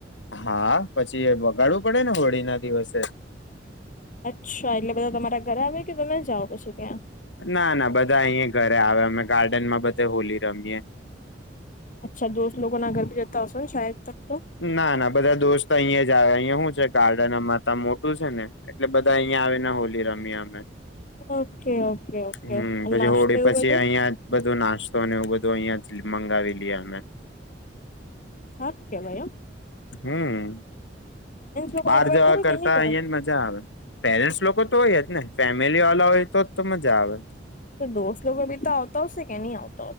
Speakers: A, on the left; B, on the left.
A: હા પછી વગાડવું પડે ને હોળી ના દિવસે.
B: અચ્છા એટલે બધા તમારા ઘરે આવે કે તમે જાઓ પછી ત્યાં.
A: ના ના બધા અહીં ઘરે આવે અમે ગાર્ડન માં બધે હોલી રમીએે.
B: અચ્છા દોસ્ત લોકોના ઘર ભી જતા હોસૌ ને શાયદ તો.
A: ના ના બધા દોસ્ત અહીયાં જ આવે અહીયા હું ગાર્ડન માતા મોટું છે ને એટલે બધા અહિયાં આવીને હોલી રમી અમે.
B: ઓકે ઓકે ઓકે
A: હમ પછી
B: નાસ્તો
A: હોળી
B: એવું
A: પછી
B: બધું
A: અહિયાં બધું નાસ્ત. તોને એ બધું અહિયાં જ મંગાવી લએ અમે.
B: હક કેવાય હમ.
A: હમ.
B: લોકોને
A: બાર
B: ઇન્વાઈટ
A: જવા
B: કરો
A: કરતા
B: કે નહી કરો
A: અહીંયા જ મજા આવે, પેરેન્ટ્સ લોકો તો હોય જ ને. ફેમિલી વાળા હોય તો જ તો મજા આવે
B: તો દોસ લોકો અભી તો આવતા હશે? કેની આવ?